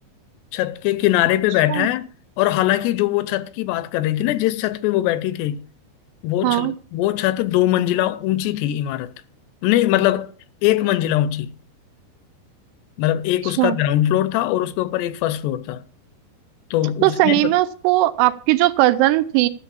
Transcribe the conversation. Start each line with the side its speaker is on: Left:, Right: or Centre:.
Left: छत के किनारे
Right: अच्छा
Left: पे बैठा है और हालांकि जो वो छत की बात कर रही थी ना जिस छत पे वो बैठी थी वो
Right: हाँ
Left: छत वो छत दो मंजिला ऊंची थी इमारत नहीं मतलब एक मंजिला ऊंची मतलब
Right: अच्छा
Left: एक उसका ग्राउंड फ्लोर था और उसके ऊपर एक फर्स्ट फ्लोर था तो
Right: तो
Left: उसने
Right: सही में उसको आपकी जो कजन थी